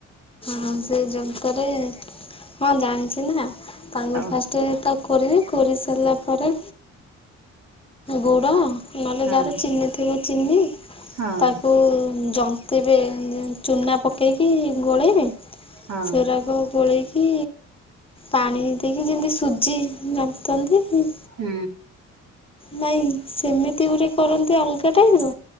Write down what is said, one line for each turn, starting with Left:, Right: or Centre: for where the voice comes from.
Left: ହଁ ସେଇ ଜନ୍ତା ରେ ହଁ ଜାଣିଛି ନା ତାକୁ
Right: ଓ
Left: ଫାଷ୍ଟ ଟେ ତାକୁ କୋରିବି କୋରି ସାରିଲା ପରେ ଗୁଡ଼ ନହେଲେ
Right: ହଁ
Left: ଯାହାର ଚିନି ଥିବ ଚିନି
Right: ହଁ
Left: ତାକୁ ଜନ୍ତି ବେ ଯେ <unintelligible> ଚୂନା ପକେଇକି ଗୋଳେଇବେ।
Right: ହଁ
Left: ସେରାକ ଗଳେଇ କି ପାଣି ଦେଇକି ଯେମିତି ସୁଜି ଜନ୍ତନ୍ତି।
Right: ହୁଁ।
Left: ନାଇଁ ସେମିତି ଗୁରେ କରନ୍ତି ଅଲଗା ଟାଇପ ର